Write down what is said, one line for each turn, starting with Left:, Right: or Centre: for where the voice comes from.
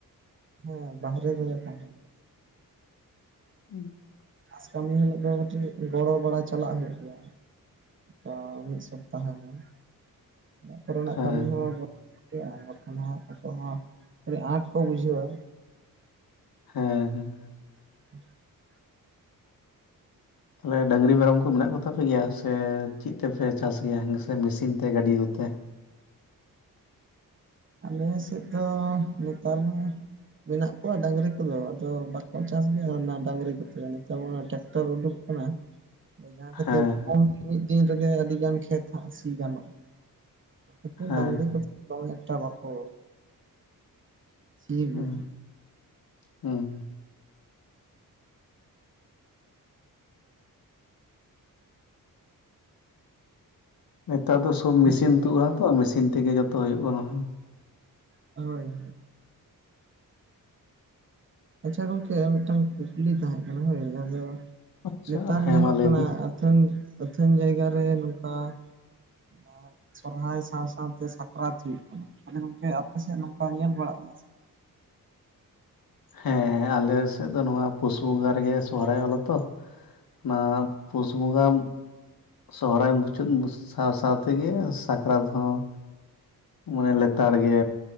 Right: ᱦᱮᱸ ᱵᱟᱦᱨᱮ ᱨᱮ ᱛᱟᱦᱮᱸ
Left: <inaudible>
Right: ᱟᱥ ᱠᱟᱹᱢᱤ ᱦᱤᱞᱳᱜ ᱫᱚ ᱠᱟᱹᱴᱤᱡ ᱜᱚᱲᱚ ᱵᱟᱲᱟ ᱪᱟᱞᱟᱜ ᱦᱩᱭᱩᱜ ᱜᱮᱭᱟ᱾ ᱚ ᱢᱤᱫ ᱥᱚᱯᱛᱟᱦᱚ ᱜᱟᱱ ᱚᱲᱟᱜ ᱠᱚᱨᱮ ᱱᱟᱜ
Left: ᱦᱮᱸ
Right: ᱠᱟᱹᱢᱤ ᱦᱚᱸ <inaudible> ᱵᱟᱠᱷᱟᱱ ᱦᱟᱸᱜ ᱟᱠᱚ ᱦᱚᱸ ᱟᱹᱰᱤ ᱟᱸᱴ ᱠᱚ ᱵᱩᱡᱷᱟᱹᱣᱟ
Left: ᱦᱮᱸ ᱦᱮᱸ
Right: <inaudible>
Left: ᱛᱟᱞᱦᱮ ᱰᱟᱹᱝᱨᱤ ᱢᱮᱨᱚᱢ ᱠᱚ ᱢᱮᱱᱟᱜ ᱠᱚᱛᱟ ᱯᱮ ᱜᱮᱭᱟ ᱥᱮ ᱪᱮᱫ ᱛᱮᱯᱮ ᱪᱟᱥ ᱜᱮᱭᱟ ᱦᱮᱸᱥᱮ ᱢᱮᱥᱤᱱ ᱛᱮ ᱜᱟᱹᱰᱤ ᱠᱚᱛᱮ?
Right: ᱟᱞᱮ ᱥᱮᱫ ᱫᱚ ᱱᱮᱛᱟᱨ ᱢᱟ ᱢᱮᱱᱟᱜ ᱠᱚᱣᱟ ᱰᱟᱹᱝᱨᱤ ᱠᱚᱫᱚ ᱟᱫᱚ ᱵᱟᱠᱚ ᱪᱟᱥ ᱜᱮᱭᱟ ᱚᱱᱟ ᱰᱟᱹᱝᱨᱤ ᱠᱚᱛᱮ ᱱᱮᱛᱟᱨ ᱚᱱᱟ ᱴᱨᱮᱠᱴᱟᱨ ᱩᱰᱩᱠ ᱠᱟᱱᱟ ᱡᱟᱦᱟᱸ ᱠᱷᱟᱹᱛᱤᱨ
Left: ᱦᱮᱸ
Right: ᱠᱚᱢ ᱢᱤᱫ ᱫᱤᱱ ᱨᱮᱜᱮ ᱟᱹᱰᱤ ᱜᱟᱱ ᱠᱷᱮᱛ ᱦᱚᱸ ᱥᱤ ᱜᱟᱱᱚᱜ-ᱟ ᱮᱠᱷᱚᱱ
Left: ᱦᱮᱸ
Right: ᱰᱟ. ᱝᱨᱤ ᱠᱚᱛᱮ ᱠᱷᱩᱵ ᱮᱠᱴᱟ ᱵᱟᱠᱚ ᱥᱤ ᱜᱮᱭᱟ
Left: ᱦᱮᱸ ᱦᱮᱸ ᱱᱮᱛᱟᱨ ᱫᱚ ᱥᱳᱵ
Right: ᱟᱪᱪᱷᱟ
Left: ᱢᱮᱥᱤᱱ
Right: ᱜᱚᱝᱠᱮ
Left: ᱛᱩᱫ ᱮᱱᱟ ᱛᱚ ᱢᱮᱥᱤᱱ ᱛᱮᱜᱮ ᱡᱚᱛᱚ ᱦᱩᱭᱩᱜ ᱠᱟᱱᱟ
Right: ᱦᱳᱭ ᱟᱪᱪᱷᱟ ᱜᱚᱝᱠᱮ ᱢᱤᱫᱴᱟᱝ ᱠᱩᱠᱞᱤ ᱛᱟᱦᱮᱸᱜ ᱠᱟᱱᱟ ᱦᱳᱭ ᱟᱫᱚ
Left: ᱟᱪᱪᱷᱟ
Right: ᱱᱮᱛᱟᱨ
Left: ᱦᱮᱸ
Right: ᱧᱮᱞᱚᱜ
Left: ᱢᱟ ᱞᱟᱹᱭ
Right: ᱠᱟᱱᱟ
Left: ᱵᱤᱱ
Right: ᱟᱹᱛᱷᱟᱹᱱ ᱟᱹᱛᱷᱟᱹᱱ ᱡᱟᱭᱜᱟ ᱨᱮ ᱱᱚᱝᱠᱟ ᱦᱮᱸ ᱥᱚᱨᱦᱟᱭ ᱥᱟᱶ ᱥᱟᱶᱛᱮ ᱥᱟᱠᱨᱟᱛ ᱦᱩᱭᱩᱜ ᱠᱟᱱᱟ ᱛᱟᱦᱚᱞᱮ ᱜᱚᱝᱠᱮ ᱟᱯᱮ ᱥᱮᱫ ᱱᱚᱝᱠᱟ ᱧᱮᱞ ᱵᱟᱲᱟᱜ ᱜᱮᱭᱟ ᱥᱮ
Left: ᱦᱮᱸ ᱟᱞᱮ ᱥᱮᱫ ᱫᱚ ᱱᱚᱣᱟ ᱯᱩᱥ ᱵᱚᱸᱜᱟ ᱨᱮᱜᱮ ᱥᱚᱦᱨᱟᱭᱚᱜᱼᱟ ᱞᱮᱛᱚ ᱱᱟ ᱯᱩᱥ ᱵᱚᱸᱜᱟ ᱥᱚᱦᱚᱨᱟᱭ ᱢᱩᱪᱟᱹᱫ <inaudible> ᱥᱟᱶ ᱥᱟᱶ ᱛᱮᱜᱮ ᱥᱟᱠᱨᱟᱛ ᱦᱚᱸ ᱢᱟᱱᱮ ᱞᱮᱛᱟᱲ ᱜᱮ